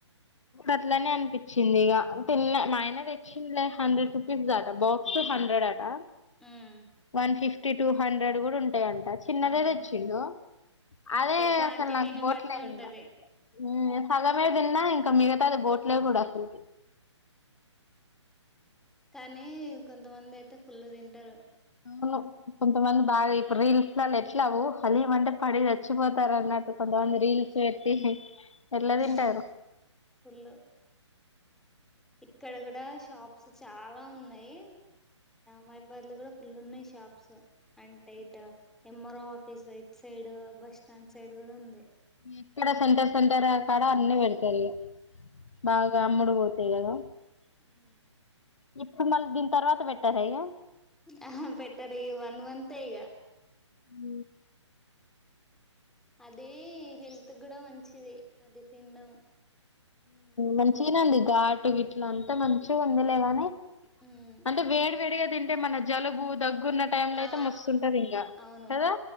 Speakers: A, on the left (about 80°); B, in the centre.
A: అట్లనే అనిపించింది ఇక తిన్న మా ఆయన తెచ్చిండు హండ్రెడ్ రూపీస్ ఆట బాక్సెకు హండ్రెడ్ ఆట
B: మ్మ్
A: వన్ ఫిఫ్టీ టూ హండ్రెడ్ కూడా ఉంట ఉంటాయి ఆట చిన్నదే
B: అవును
A: తెచ్చిండు అదే
B: క్వాంటిటీని
A: అసలు నాకు పొవట్లేదు
B: బట్టి ఉంటది
A: ఇంక హమ్ సగమే తిన్నా ఇంక మిగతాది పోవట్లే కూడా అసలు
B: కానీ కొంతమంది అయితే ఫుల్ తింటారు
A: అవును కొంతమంది బాగా ఇప్పుడు రీల్స్ల ఎట్లావు హలీమంటే పడి చచ్చిపోతారు అన్నట్టు దాని రీల్స్ పెట్టి హైప్ ఎట్లా
B: మ్మ్
A: తింటారో
B: ఫుల్ ఇక్కడ కూడా షాప్స్ చాలా ఉన్నాయి మయిబాద్ లో కూడా ఫుల్ ఉన్నాయి షాప్స్ అంటే ఇట్ నంబర్ అఫ్ ఈ site side bus stand side కూడా ఉంది
A: ఎక్కడ సెంటర్ సెంటర్ అక్కడ అన్ని పెడతారు ఇ బాగా అమ్ముడు పోతు ఎవరు
B: హ్మ్మ్
A: ఇప్పుడు మళ్ళీ దీని తర్వాత పెట్టార ఇగ
B: ఆహా పెట్టర్ ఈ వన్ మంతే ఇగా
A: హ
B: అదీ హెల్త్ కూడా మంచిది అది తినడం
A: మంచిగానే ఉంది ఘాటు గిట్ల అంత మంచి ఉందిలేగాని
B: ఉమ్
A: అంటే వేడి వేడిగా తింటే మన జలుబు దగ్గు గున్న టైమ్ లో
B: ఆ
A: అయితే మస్తుంటది ఇంకా
B: అవును
A: కదా